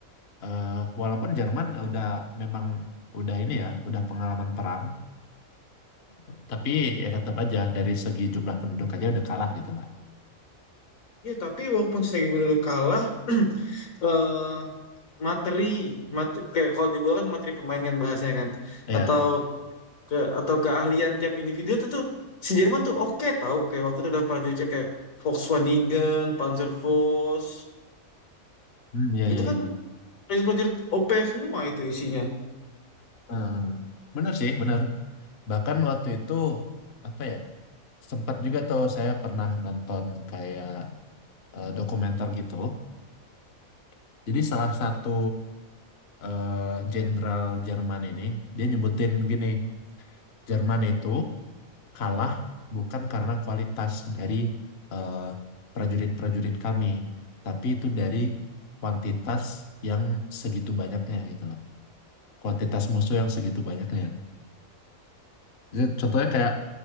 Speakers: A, on the left; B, on the left.
A: eh, walaupun Jerman udah memang udah ini ya, udah pengalaman perang, tapi ya tetap aja dari segi jumlah penduduk aja udah kalah gitu lah.
B: Ya, tapi walaupun Seribu Duduk kalah, <clears throat> eh, materi, materi kayak kalau di bola kan materi pemain kan bahasanya kan,
A: Ya,
B: atau ke atau keahlian tiap individu itu tuh si Jerman tuh oke tahu kayak waktu itu ada prajurit kayak Volkswagen, Panzerfaust,
A: hmm, ya, ya,
B: itu
A: ya.
B: kan prajurit-prajurit OP semua itu isinya.
A: Eh, bener sih, bener. Bahkan waktu itu apa ya? Sempat juga tuh saya pernah nonton kayak eh, dokumenter gitu. <clears throat> Jadi salah satu eh, jenderal Jerman ini dia nyebutin gini, Jerman itu kalah bukan karena kualitas dari eh, prajurit-prajurit kami, tapi itu dari kuantitas yang segitu banyaknya gitu loh. Kuantitas musuh yang segitu banyaknya. Jadi contohnya kayak